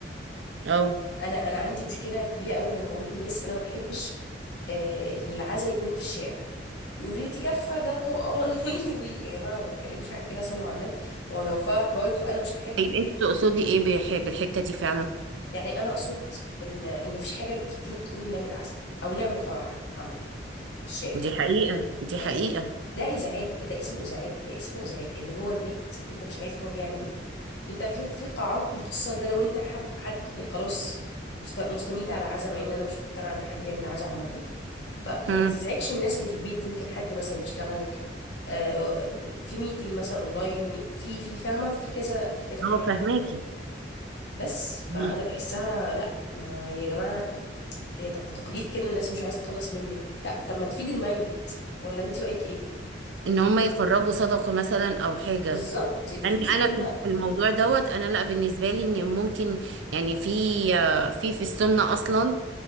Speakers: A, on the right; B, on the left.
A: اه
B: انا انا عندي مشكله كبيره قوي لما بقول للناس انا ما بحبش آه، العزا يكون في الشارع يقولوا لي انت كفه ده قران <laughs> وي وي يا جماعه ما بتكلمش عن كده صلوا على النبي ما هو لو فرح برضو انا مش هحبه
A: طيب انتي تقصدي ايه بح- بالحتة دي فعلا
B: يعني انا اقصد ان ان ما فيش حاجه في الدين بتقول نعمل عزا او نعمل فرح عامه في الشارع
A: دي حقيقة دي حقيقة
B: ايوه ده ازعاج ده اسمه ازعاج ده اسمه ازعاج اللي جوه البيت انت مش عارف هو بيعمل ايه انت في في قاعات مخصصه لده لو انت حب حد بي- خلاص مست- مستميت على عزا مع ان انا مش مقتنعه ان حد يعمل عزا عامه ف- فما
A: امم
B: تزعجش الناس اللي في البيت يمكن حد مثلا بيشتغل آه، في ميتنج مثلا اونلاين في في فاهمه في كذا في كذا
A: اه
B: حاجه
A: فهماكي
B: كده بس
A: مم.
B: فانا بحسها لا ما هي يا جماعه هي تق- تقليد كده الناس مش عايز تخلص منه لا طب ما تفيد الميت ولا انت رايك ايه
A: ان هم يخرجوا صدقة مثلا او حاجة
B: بالظبط الفلوس
A: انا
B: اللي
A: انا
B: انت
A: في في الموضوع دوت انا لا بالنسبة لي ان ممكن يعني في في في السنة اصلا